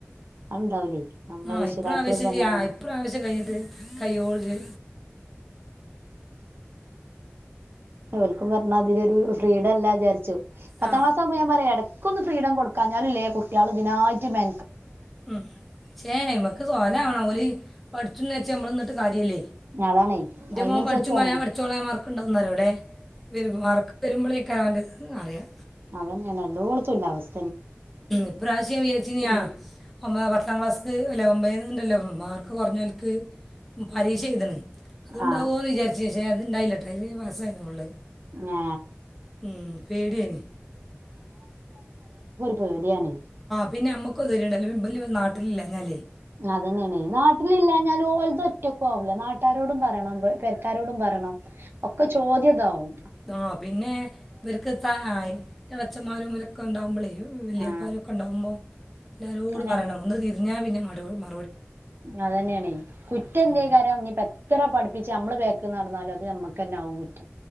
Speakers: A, on the right (about 55°); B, in the centre.
A: അത്ണ്ടാവൂലേ നമ്മളെ
B: ആ
A: രക്ഷിതാക്കൾ
B: ഇപ്രാവശ്യം
A: ഇപ്പ എങ്ങനെയാണ്
B: യ്യ് ആ ഇപ്രാവശ്യം കഴിഞ്ഞിട്ട് കയ്യോളം ജ്ജ്
A: ഓൽക്കും പറഞ്ഞാ അതിലൊരു ഫ്രീഡം അല്ല വിചാരിച്ചു പത്താം
B: ആ
A: ക്ലാസ് ആവുമ്പോ ഞാൻ പറയും എടയ്ക്ക് ഒന്ന് ഫ്രീഡം കൊടുക്കാൻ <unintelligible> കുട്ടികള് ഇതിനായിട്ട് മെ
B: ഉം ക്ഷേ നമ്മക്ക് സോലവണംഓലി പഠിചൂന്ന് വെച്ച് നമ്മള് എന്നിട്ട്- കാര്യമല്ലേ
A: അതാണേ
B: എന്റെ
A: അതിനനുസരിച്ച്
B: മോൻ പഠിച്ചു
A: ഉം
B: പറയാൻ പഠിചൂളാം മാർക്കുണ്ടെന്നു പറയും ഇവിടേ വരുമ്പ മാർക്ക് വരുമ്പോഴേ ഒക്കൻ <unintelligible> അറിയാം
A: അത് തന്നെയാണ് എല്ലോടത്തും ഉള്ള അവസ്
B: ഇപ്രാവശ്യം വിചാരിച്ച് ഞാ
A: പറയും.
B: ഒൻപതാം പത്താം ക്ലാസ്ക്ക് അല്ല ഒമ്പതി ണ്ടല്ലോ മാർക്ക് കുറഞ്ഞോല്ക്ക് പരീക്ഷ എഴുതണേ ഉണ്ടാവോന്നു
A: ആ
B: വിചാരിച്ച് പക്ഷെ അതുണ്ടായില്ല കെ ഡിഗ്രി പാസ്സായിരുന്നു മോള് ഉള്ളെ
A: ആ,
B: ഉം പേടിയായി
A: പേടിയാണ്
B: പിന്നെ നമ്മുക്ക് <unintelligible> ഉണ്ടാവില്ല ഇവര് നാട്ടിലില്ലാഞ്ഞാലേ
A: അതന്നെയാണ് നാട്ടിലില്ലാഞ്ഞാല് ഓലത് ഒറ്റക്കും ആവില്ലേ നാട്ട് കൂട്ടാരോടും പറയണം പെരക്കാരോടും പറയണം ഒക്കെ ചോദ്യമിതാവും
B: ആ പിന്നെ ഇവർക്ക് ത <unintelligible> ഇളയച്ഛൻമാരും ഇവരൊക്കെ ഉണ്ടാകുമ്പോഴേ വലിയപ്പമാരും
A: ആ
B: ഒക്കെ ഉണ്ടാകുമ്പോൾ എല്ലാരോടും
A: അങ്ങനെ
B: പറയണം ഒന്ന് തിരിഞ്ഞാ പിന്നെ അ <unintelligible>
A: അതന്നെയാണേ കുറ്റം എന്ത്
B: ഉം.
A: ചെയ്താലും ഇനിയിപ്പോ എത്ര പഠിപ്പി ഞമ്മള് ബാക്കി നടന്നാലും അത് നമുക്ക് തന്നെയാവും കുറ്റ